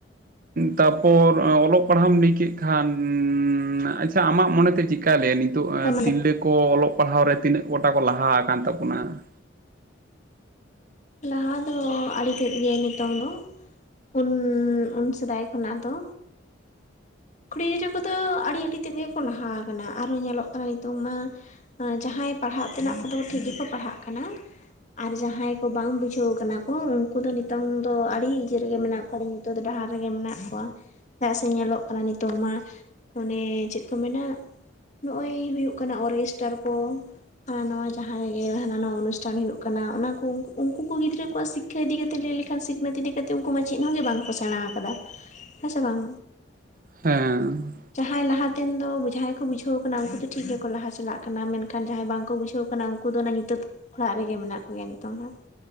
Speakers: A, on the right; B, on the left.
A: ᱛᱟᱯᱚᱨ, ᱚᱞᱚᱜ ᱯᱟᱲᱦᱟᱣᱮᱢ ᱞᱟᱹᱭ ᱠᱮᱜ ᱠᱷᱟᱱ, ᱩᱸᱻᱝᱻ ᱟᱪᱪᱷᱟ, ᱟᱢᱟᱜ ᱢᱚᱱᱮᱛᱮ ᱪᱮᱠᱟ ᱞᱟᱹᱭᱟ ᱱᱤᱛ- ᱛᱚᱜ,
B: ᱚᱱᱟ
A: ᱛᱤᱨᱞᱟᱹ ᱠᱚ, ᱚᱞᱚᱜ ᱯᱟᱲᱦᱟᱣ ᱨᱮ, ᱛᱤᱱᱟᱹᱜ ᱜᱚᱴᱟ ᱠᱚ, ᱞᱟᱦᱟ ᱟᱠᱟᱱ ᱛᱟᱵᱚᱱᱟ ᱾
B: ᱞᱟᱦᱟ ᱫᱚ, ᱟᱹᱰᱤ ᱛᱮᱫ ᱜᱮ, ᱱᱤᱛᱚᱝ ᱫᱚ ᱩᱱᱼ ᱩᱱ ᱥᱮᱫᱟᱭ, ᱠᱷᱚᱱᱟᱜ ᱫᱚ ᱠᱩᱲᱤ ᱜᱤᱫᱽᱨᱟᱹ ᱠᱚᱫᱚ, ᱟᱹᱰᱤ, ᱟᱹᱰᱤ ᱛᱮᱫ ᱜᱮᱠᱚ, ᱞᱟᱦᱟ ᱟᱠᱟᱱᱟ ᱾ ᱟᱨᱦᱚᱸ, ᱧᱮᱞᱚᱜ ᱠᱟᱱᱟ, ᱱᱤᱛᱚᱝ ᱢᱟ ᱡᱟᱦᱟᱸᱭ, ᱯᱟᱲᱦᱟᱜ ᱛᱮᱱᱟᱜ ᱠᱚᱫᱚ, ᱴᱷᱤᱠ ᱜᱮᱠᱚ, ᱯᱟᱲᱦᱟᱜ ᱠᱟᱱᱟ, ᱟᱨ ᱡᱟᱦᱟᱸᱭ ᱠᱚ, ᱵᱟᱝ ᱵᱩᱡᱷᱟᱹᱣᱟᱠᱟᱱᱟ ᱠᱚ, ᱩᱱᱠᱩ ᱫᱚ ᱱᱤᱛᱚᱝ ᱫᱚ, ᱟᱹᱰᱤ ᱤᱭᱟᱹ ᱨᱮᱜᱮ, ᱢᱮᱱᱟᱜ ᱠᱚᱣᱟ, ᱟᱹᱰᱤ ᱧᱩᱛᱟᱹᱛ, ᱰᱟᱦᱟᱨ ᱨᱮᱜᱮ ᱢᱮᱱᱟᱜ ᱠᱚᱣᱟ ᱾ ᱪᱮᱫᱟᱜ ᱥᱮ, ᱧᱮᱞᱚᱜ ᱠᱟᱱᱟ, ᱱᱤᱛᱚᱝ ᱢᱟ, ᱟᱱᱮ ᱪᱮᱫ ᱠᱚ, ᱢᱮᱱᱟ ᱱᱚᱜᱼᱚᱭ, ᱦᱩᱭᱩᱜ ᱠᱟᱱᱟ, ᱚᱨᱜᱮᱥᱴᱟᱨ ᱠᱚ ᱦᱟᱱᱟ ᱱᱟᱣᱟ, ᱡᱟᱦᱟᱸᱭ ᱜᱮ, ᱦᱟᱱᱟ ᱱᱟᱣᱟ ᱚᱱᱩᱥᱴᱷᱟᱱ ᱦᱩᱭᱩᱜ ᱠᱟᱱᱟ, ᱚᱱᱟ, ᱩᱱ ᱩᱱᱠᱩ ᱜᱤᱫᱽᱨᱟᱹ ᱠᱚᱣᱟᱜ, ᱥᱤᱠ ᱥᱤᱠᱷᱟ ᱤᱫᱤ ᱠᱟᱛᱮ ᱞᱟᱹᱭ ᱞᱮᱠᱷᱟᱱ ᱥᱤᱠᱷᱟᱹ ᱤᱫᱤ ᱠᱟᱛᱮ, ᱥᱤᱠᱷᱱᱟᱹᱛ ᱤᱫᱤ ᱠᱟᱛᱮ, ᱩᱱᱠᱩ ᱢᱟ ᱪᱮᱫ ᱦᱚᱸ ᱜᱮ ᱵᱟᱝᱠᱚ, ᱥᱮᱬᱟ ᱟᱠᱟᱫᱟ, ᱦᱮᱸ ᱥᱮ ᱵᱟᱝ?
A: ᱦᱮᱸᱻ ᱾
B: ᱡᱟᱦᱟᱸᱭ ᱞᱟᱦᱟᱛᱮᱱ ᱫᱚ, ᱵᱩᱡᱷᱟᱹᱣ ᱜᱮᱠᱚ, ᱵᱩᱡᱷᱟᱹᱣ ᱟᱠᱟᱱᱟ, <unintelligible> ᱩᱱᱠᱩ ᱫᱚ, ᱴᱷᱤᱠ ᱜᱮᱠᱚ, ᱞᱟᱦᱟ ᱪᱟᱞᱟᱜ ᱠᱟᱱᱟ ᱾ ᱢᱮᱱᱠᱷᱟᱱ, ᱡᱟᱦᱟᱸᱭ ᱵᱟᱝᱠᱚ, ᱵᱩᱡᱷᱟᱹᱣ ᱟᱠᱟᱱᱟ ᱩᱱᱠᱩ- ᱠᱩ ᱫᱚ, ᱚᱱᱟ ᱧᱩᱛᱟᱹᱛ ᱚᱲᱟᱜ ᱨᱮᱜᱮ, ᱢᱮᱱᱟᱜ ᱠᱚᱜᱮᱭᱟ, ᱱᱤᱛᱚᱝ ᱦᱚᱸ ᱾